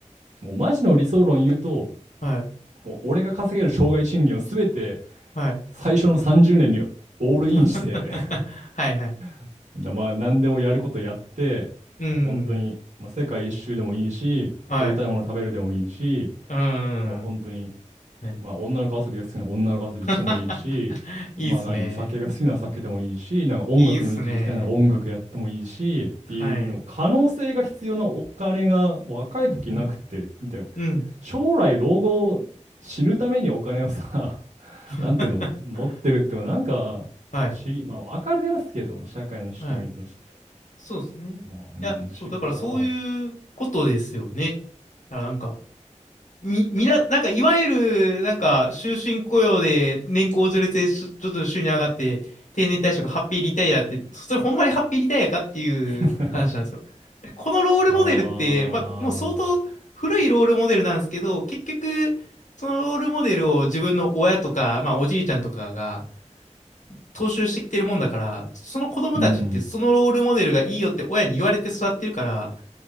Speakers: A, on the right; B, on the left.
A: もうマジの理想論言うと、
B: はい。
A: もう俺が稼げる生涯賃金を全て
B: はい。
A: 最初の30年にオールインして
B: <laughs> はいはい。
A: <laughs> だまあ何でもやることやって、
B: うん。
A: まあ、本当に、まあ、世界一周でもいいし、
B: はい。
A: 食べたいもの食べるでもいいし、
B: うん。
A: まあ本当に。
B: はい。
A: まあ、女の子遊びが好きなら女の子遊びしてもいいし、
B: <laughs>
A: まあ何、
B: いいっすね。
A: 酒が好きなら酒でもいいし、なんか音楽の道行きたいなら音楽やってもいいし、
B: いいっすね。
A: っていうの、
B: はい。
A: 可能性が必要なお金が若い時なくて、
B: うん。
A: で、
B: うん。
A: 将来老後死ぬためにお金をさ、<laughs>
B: <laughs>
A: なんていうの、持ってるってのはなんか不思議、
B: はい。
A: まあ分かりますけど、社会の仕組みとして。
B: はい。そうですね。いや、
A: まあ、うん、不思議やなって。
B: そう、だからそういうことですよね。だからなんか、み、みな、なんかいわゆる、なんか終身雇用で年功序列でちょ、ちょっと収入上がって、定年退職、ハッピーリタイアって、それほんまにハッピーリタイアかっていう話なんですよ。
A: <laughs>
B: でこのロールモデルって、
A: ああ、
B: まあ、もう相当古いロールモデルなんですけど、結局、そのロールモデルを自分の親とか、まあ、おじいちゃんとかが、踏襲してきてるもんだから、その子供たちってそのロールモデルがいいよって親に言われて育ってるから、
A: うん。